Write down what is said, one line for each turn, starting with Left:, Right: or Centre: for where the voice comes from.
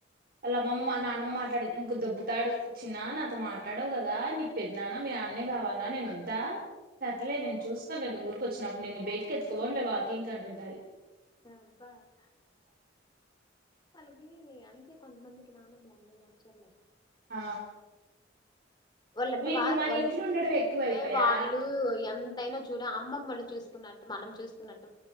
Right: అళ్ అమ్మమ్మ నానమ్మ మాట్లాదిండ్ అనుకో దోబ్బుతాడు నాన్నా నాతో మాట్లాడవు కదా నిప్ పెద్ నాన్న మీ నాన్నే కావాలా నేను వద్ ఆ సర్లే నేను చూసుకోలేన్ నువ్ ఊర్ కోచ్చినవ్ అప్ నిన్ బెటుకేత్ పో ఫోన్ లో వాకింగ్ అంటుంటాది
Left: అబ్బా అహ్ వాళ్ళకి అంతే కొంత్ మందికి నాన్నమలు అంటే నచ్చర్లే
Right: ఆ
Left: వాలెంత
Right: వీళ్ళు
Left: వా
Right: మన
Left: వాళ్
Right: ఇంట్లో ఉండడం ఎక్కువ అయిపోయా
Left: మ్య వాళ్ళు ఎంతైనా చూడ అమ్మమ్మ లు చూకున్నట్టు మనం చూసుకునట్